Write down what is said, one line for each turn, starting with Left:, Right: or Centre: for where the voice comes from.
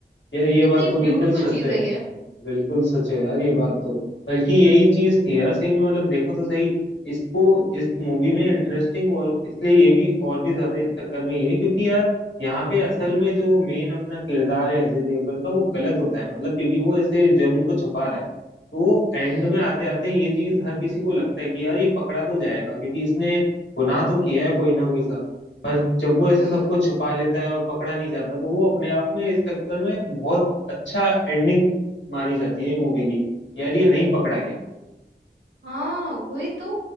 Left: यार ये
Right: कितनी
Left: बात तो बिल्कुल
Right: ब्यूटीफुल
Left: सच
Right: चीज
Left: है
Right: है ये
Left: बिल्कुल सच है यार ये बात तो बल्कि यही चीज थी यार सही में मतलब देखो तो सही इसको इस मूवी में इंटरेस्टिंग और इसलिए ये भी और भी ज्यादा इस चक्कर में ये है क्योंकि यार यहाँ पे असल में जो मेन अपना किरदार है अजय देवगन का वो गलत होता है मतलब क्योंकि वो ऐसे जुर्म को छुपा रहा है तो एंड
Right: हम्म
Left: में आते
Right: हम्म
Left: आते ये चीज हर किसी को लगता है कि यार ये पकड़ा तो जाएगा क्योंकि इसने गुनाह तो किया है कोई ना कोई सा पर जब वो ऐसे
Right: हाँ
Left: सबको छुपा लेता है और पकड़ा नहीं जाता तो वो अपने आप में इस चक्कर में बहुत अच्छा एंडिंग मानी जाती है मूवी की यार ये नहीं पकड़ा गया
Right: हाँ वही तो